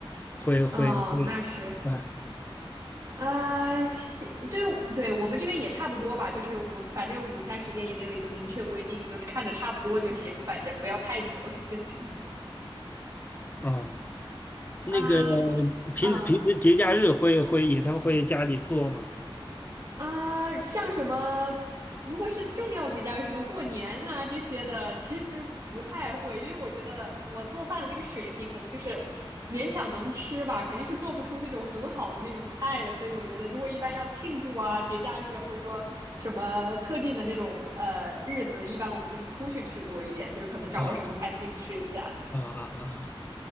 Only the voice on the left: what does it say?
会会会，
啊
哦，那个
平时平时节假日会会也他会家里做吗？
啊啊啊啊！